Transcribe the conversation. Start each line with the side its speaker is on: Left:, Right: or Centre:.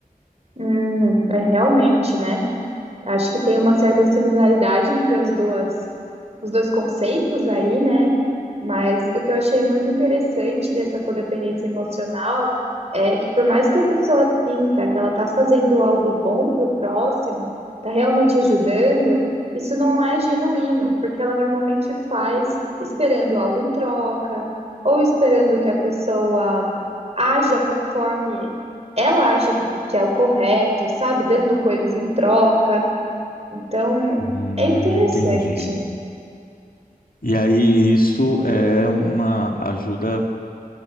Right: Hum, é realmente, né? Acho que tem uma certa similaridade entre as duas, os dois conceitos aí, né? Mas o que eu achei muito interessante dessa codependência emocional é que por mais que a pessoa sinta que ela está fazendo algo bom para o próximo, está realmente ajudando, isso não é genuíno, porque ela normalmente faz esperando algo em troca, ou esperando que a pessoa haja conforme ela acha que, que é o correto, sabe? Dando coisas em troca. Então,
Left: Hum,
Right: é interessante.
Left: entendi. E aí isso é uma ajuda